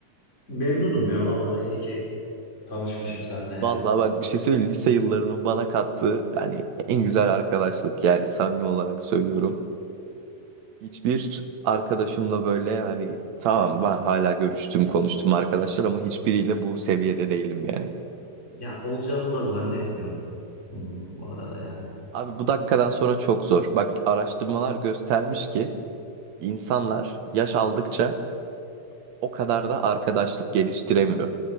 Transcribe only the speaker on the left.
memnunum ya vallahi iyi ki tanışmışım seninle yani.
Ya olacağını da zannetmiyorum bunun bu arada yani.